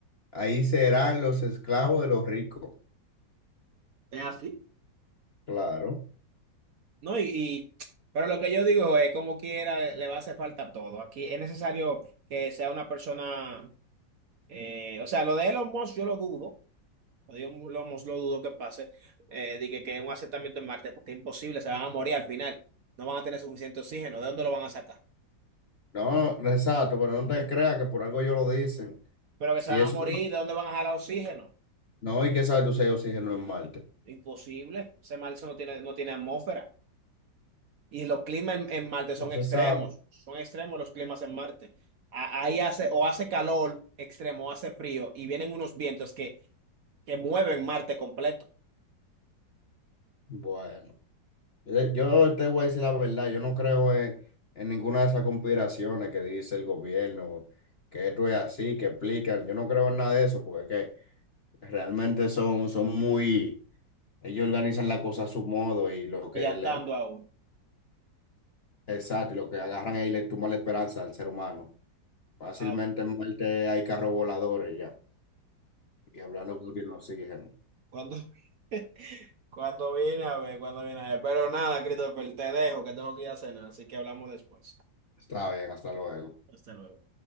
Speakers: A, on the left; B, on the right.
A: ahí serán los esclavos de los ricos.
B: Es así.
A: Claro.
B: No, y, y- pero lo que yo digo es, como quiera, le, le va a hacer falta todo. Aquí es necesario que sea una persona, eh, o sea, lo de Elon Musk yo lo dudo, Dios lo, mos- lo dudo que pase. Eh, de que, que un asentamiento en Marte, porque es imposible, se van a morir al final. No van a tener suficiente oxígeno. ¿De dónde lo van a sacar?
A: No, no, exacto, pero no te creas que por algo ellos lo dicen.
B: Pero que
A: Si
B: se van
A: eso
B: a morir, ¿de dónde van a jalar oxígeno?
A: no, y que sabe tú si ellos siguen en Marte.
B: Imposible. Ese Marte no tiene, no tiene atmósfera. Y los climas en, en Marte son
A: No se
B: extremos.
A: sabe.
B: Son extremos los climas en Marte. A- ahí hace, o hace calor extremo, o hace frío, y vienen unos vientos que, que mueven Marte completo,
A: Bueno, yo yo te voy a decir la verdad, yo no creo en, en ninguna de esas conspiraciones que dice el gobierno, que esto es así, que explican, yo no creo en nada de eso, porque es que realmente son, son muy, ellos organizan la cosa a su modo y lo que
B: ellantando
A: le,
B: a uno.
A: exacto, y lo que agarran ahí le tumba la esperanza al ser humano. Fácilmente
B: Ah,
A: en Marte hay carros voladores ya, y hablando con el oxígeno.
B: cuando. <laughs> Cuando viene a ver, cuando viene a ver. Pero nada, Christopher, te dejo que tengo que ir a cenar, así que hablamos después.
A: Está bien, hasta luego.
B: Hasta luego.